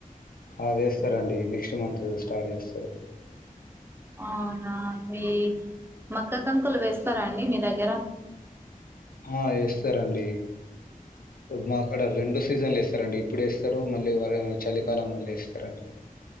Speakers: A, on the left; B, on the right.
A: ఆ వేస్తారండి నెక్స్ట్ మంత్ స్టార్ట్ చేస్తారు
B: అవునా అండీ మొక్క కంకులు వేస్తారా అండి మీ దగ్గర
A: ఆ ఏస్తారండి మా కాడ రెండు సీజన్లు ఏస్తారండి ఇప్పుడేస్తారు మళ్ళీ వర చలికాలంలో మళ్ళీ ఏస్తారండి